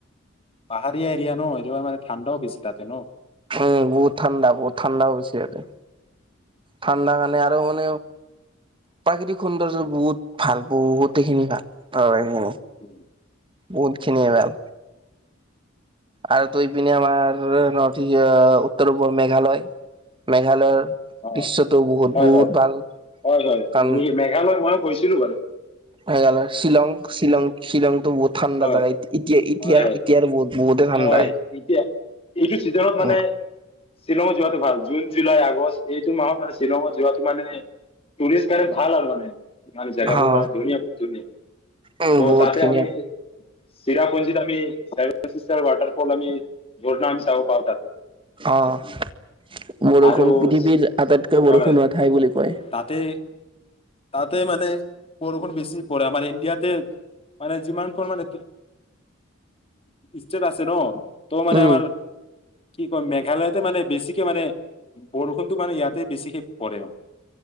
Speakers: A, on the left (about 30°); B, on the right (about 25°).
A: পাহাৰীয়া এৰিয়া ন এনেও মানে ঠাণ্ডাও বেছি তাতে ন
B: উম বহুত ঠাণ্ডা বহুত ঠাণ্ডাও বেছি ইতে ঠাণ্ডা কাৰণে আৰু মানে প্ৰাকৃতিক সৌন্দৰ্য বহুত ভাল বহুতেখিনি ভাল
A: উম
B: বুতখিনি ভাল আৰু তৈ পিনে আমাৰ নৰ্থ ইষ্ট উত্তৰ পূবৰ মেঘালয় মেঘালয়ৰ
A: অ
B: দৃশ্যটো বহুত
A: হয়
B: বহুত
A: হয়
B: ভাল
A: হয় হয়
B: কাৰণ
A: মেঘালয় মই কৈছিলো বাৰু
B: হৈ গ'ল শ্বিলং শ্বিলং বহুত ঠাণ্ডা
A: হয়
B: জাগা এতিয়া এতিয়া
A: হয়
B: এতিয়া আৰু বহুত বহুতে ঠাণ্ডা
A: হয় এতিয়া এইটো চিজনত মানে
B: উ
A: শ্বিলঙত যোৱাটো ভাল জুন জুলাই আগষ্ট এইটো মাহত মানে শ্বিলঙত যোৱাাটো মানে টুৰিষ্ট কাৰণে ভাল আৰু মানে <unintelligible> জেগাবোৰ
B: হা
A: <unintelligible>
B: উম
A: ত'
B: বহুত
A: তাতে
B: খিনি
A: আমি চিৰাপুঞ্জিত আমি চেভেন চিষ্টাৰ ৱাটাৰফল আমি ঝৰ্ণা আমি চাব পাওঁ তাতে
B: আহ বৰষুণ
A: আৰু
B: পৃথিৱীৰ
A: চি-
B: আটাইতকৈ বৰষুণ
A: হয়।
B: হোৱা ঠাই বুলি কয়
A: তাতে তাতে মানে বৰষুন বেছি পৰে আমাৰ ইণ্ডিয়াতে মানে যিমানখন মানে ষ্টেট আছে ন ত মান
B: উম
A: আমাৰ কি কম মেঘালয়তে মানে বেছিকে মানে বৰষুণটো মানে ইয়াতে বেছিকে পৰে মানে